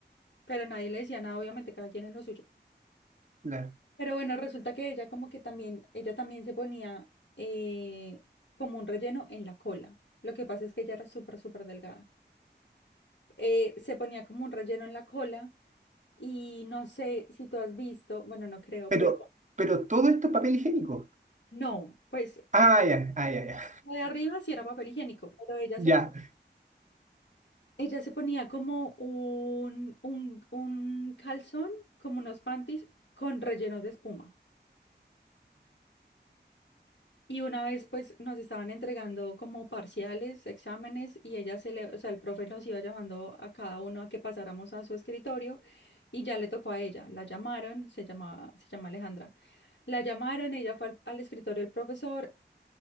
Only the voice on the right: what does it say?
Claro.
Pero,
pero todo esto es papel higiénico.
Ah, ya, ah, ya, ya.
Ya.